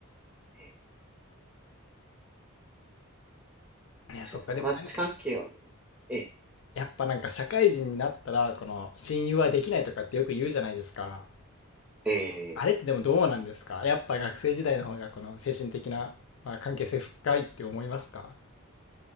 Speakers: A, in the centre; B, on the left.
A: ええ、
B: いや、
A: 確かに友達関係はね、
B: そっか、でもなんか、
A: ええ、
B: やっぱなんか社会人になったら、この親友はできないとかってよく言うじゃないですか。
A: ええ、
B: あれってでもどうなんですかやっぱ学生時代の方がこの精神的な、まあ、関係性深いって思いますか